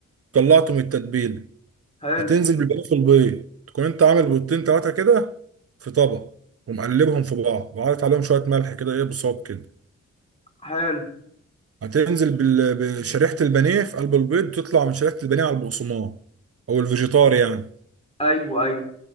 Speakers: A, on the right; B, on the left.
A: طلعته من التتبيله
B: حلو
A: هتنزل بالباقي في البيض تكون انت عامل بيضتين ثلاثه كده في طبق ومقلبهم في بعض وعارف عليهم شويه ملح كده ايه بصوب كده
B: حلو
A: هتنزل بال... بشريحه البانيه في قلب البيض تطلع من شريحه البانيه على البقسماط او الفيجيتار يعني
B: ايوه ايوه